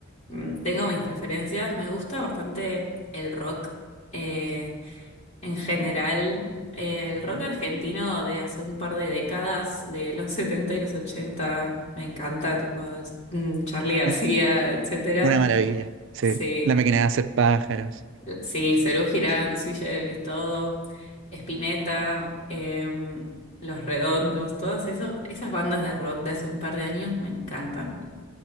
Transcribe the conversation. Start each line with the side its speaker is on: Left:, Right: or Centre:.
Left: mm, tengo mis preferencias, me gusta bastante el rock eh, en general, eh, el
Right: Ujú.
Left: rock argentino de hace un par de décadas, de los <laughs> 70 y los 80 me encanta, tipo mm, Charly García,
Right: Un-
Left: etcétera.
Right: una maravilla, sí.
Left: Sí,
Right: La máquina de hacer pájaros.
Left: Sí, Serú Girán, Sui Generis, todo, Spinetta, em, Los Redondos, todas esos, esas bandas de rock de hace un par de años me encantan.